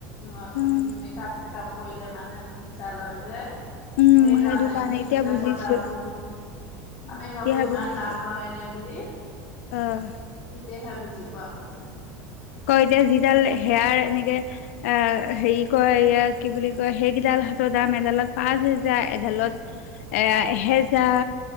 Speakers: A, on the left; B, on the left.
A: ম
B: উম,
A: মেকাপ চেকাপ কৰিলে মানুহে ফিচা লয় যে।
B: উম,
A: সেই কাৰণে
B: সেইটো
A: ক্ৰীম
B: এতিয়া
A: বিলাকৰ
B: বুজিছো।
A: দাম বহুত,
B: উম,
A: আমি
B: এতিয়াহে
A: ভাবো ইমান
B: বুজিছো
A: দাম লয়নে বুলি তেতিয়াহে
B: আহ
A: বুজ বুজি পোৱা গৈছে।
B: আকৌ এতিয়া যিডাল হেয়াৰ এনেকে অ' হেৰি কয় কি বুলি কয় সেইকেইডাল হাতৰ দাম এডালত পাঁচ হেজাৰ, এডালত এ এহেজাৰ